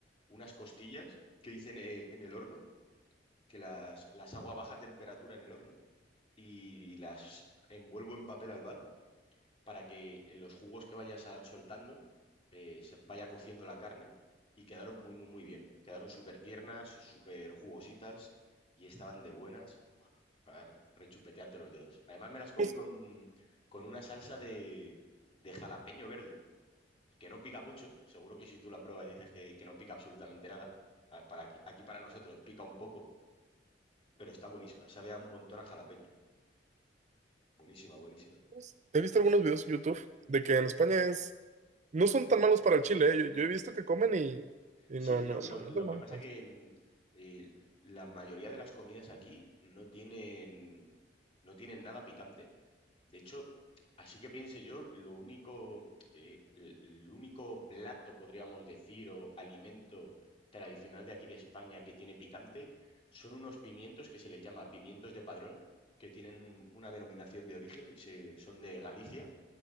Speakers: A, on the left; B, on the right.
A: unas costillas que hice en, eh, en el horno, que las, las hago a baja temperatura en el horno y las envuelvo en papel albal para que en los jugos que vayas a- soltando eh, se vaya cociendo la carne y quedaron muy, muy, muy bien. Quedaron súper tiernas, súper jugositas y estaban de buenas para rechupetearte los dedos. Además, me las comí
B: Pues,
A: con, con una salsa de, de jalapeño verde, que no pica mucho. Seguro que si tú la pruebas dices que, que no pica absolutamente nada. Ah, Para aquí, aquí para nosotros pica un poco, pero está buenísima. Sabe a un montón a jalapeño. Buenísima, buenísima.
B: pues, He visto algunos videos en YouTube de que en España es... No son tan malos para el chile, eh. Yo, yo he visto que comen y, y
A: Sí,
B: no,
A: lo,
B: no, no, no
A: lo-
B: son
A: lo
B: malos.
A: que pasa que mm, eh, la mayoría de las comidas aquí no tienen, no tienen nada picante. De hecho, así que piense yo, lo único, eh, el el único plato, podríamos decir, o alimento tradicional de aquí de España que tiene picante, son unos pimientos que se les llama pimientos de padrón, que tienen una denominación de origen y se, son de Galicia,